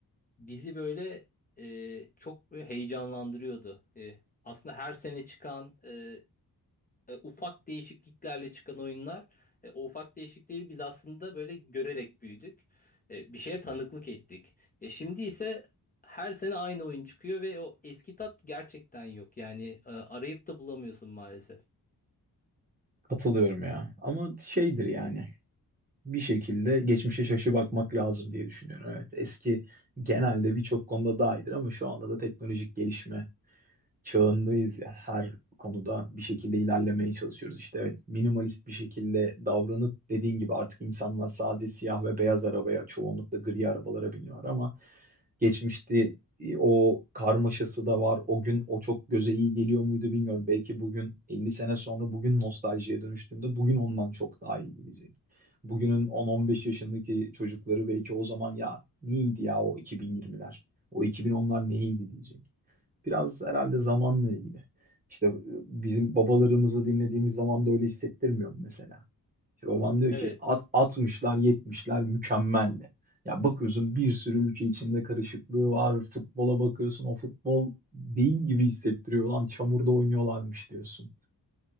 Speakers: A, on the left (about 20°); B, on the right (about 20°).
A: bizi böyle e, çok böyle heyecanlandırıyordu. E, aslında her sene çıkan e, e, ufak değişikliklerle çıkan oyunlar, e, o ufak değişiklikleri biz aslında böyle görerek büyüdük. E, bir şeye tanıklık ettik. E, şimdi ise her sene aynı oyun çıkıyor ve o eski tat gerçekten yok. Yani e, arayıp da bulamıyorsun maalesef.
B: Katılıyorum ya. Ama şeydir yani bir şekilde geçmişe şaşı bakmak lazım diye düşünüyorum. Evet eski genelde birçok konuda daha iyidir ama şu anda da teknolojik gelişme çağındayız ya. Her konuda bir şekilde ilerlemeye çalışıyoruz. İşte evet minimalist bir şekilde davranıp dediğin gibi artık insanlar sadece siyah ve beyaz arabaya çoğunlukla gri arabalara biniyor ama geçmişte e, o karmaşası da var. O gün o çok göze iyi geliyor muydu bilmiyorum. Belki bugün 50 sene sonra bugün nostaljiye dönüştüğümde bugün ondan çok daha iyi gelecek. Bugünün 10-15 yaşındaki çocukları belki o zaman ya neydi ya o 2020'ler, o 2010'lar neydi diyecek. Biraz herhalde zamanla ilgili. İşte e, bizim babalarımızı dinlediğimiz zaman da öyle hissettirmiyor mu mesela? İşte baban diyor
A: Evet.
B: ki at, 60'lar yetmişler mükemmeldi. Ya bakıyorsun bir sürü ülke içinde karışıklığı var. Futbola bakıyorsun o futbol değil gibi hissettiriyor. Lan çamurda oynuyorlarmış diyorsun.